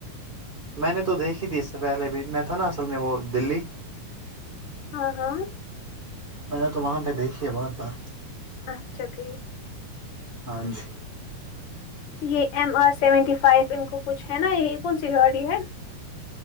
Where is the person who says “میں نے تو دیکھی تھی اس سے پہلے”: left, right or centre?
Right